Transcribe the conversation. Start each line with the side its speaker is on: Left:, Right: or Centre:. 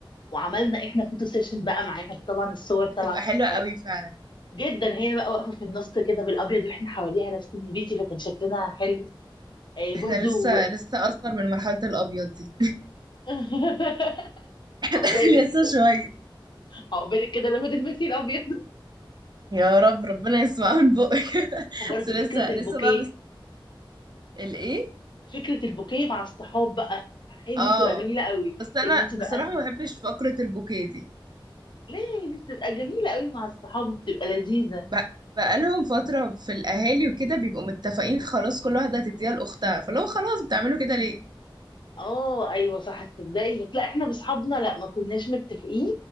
Left: وعملنا احنا فوتو سيشن بقى
Right: صح
Left: معاها طبعا الصور طالعه
Right: بتبقى
Left: تحفه
Right: حلوه قوي فعلا
Left: جدا هي بقى واقفه في النص كده بالابيض واحنا حواليها لابسين بيتي فكان شكلنا حلو آه برضو
Right: احنا لسه لسه اصغر من مرحله الابيض دي
Left: <laughs> عقبالك
Right: <laughs> لسه شويه
Left: عقبالك كده لما تلبسي الابيض
Right: يا رب ربنا يسمع من بقك <laughs>
Left: وبرضو
Right: بس لسه
Left: فكره البوكيه
Right: لسه بقى مست... الايه
Left: فكره البوكيه مع الصحاب بقى هي دي
Right: اه
Left: بتبقى جميله قوي
Right: بس انا
Left: ان انت بقى
Right: الصراحه ما بحبش فقره البوكيه دي
Left: ليه دي بتبقى جميله قوي مع الصحاب وبتبقى لذيذه
Right: ب- بقالهم فتره في الاهالي وكده بيبقوا متفقين خلاص كل واحده هتديها لاختها فلو خلاص بتعملوا كده ليه
Left: اه ايوه صح تصدقي بس لا احنا باصحابنا لا ما كناش متفقين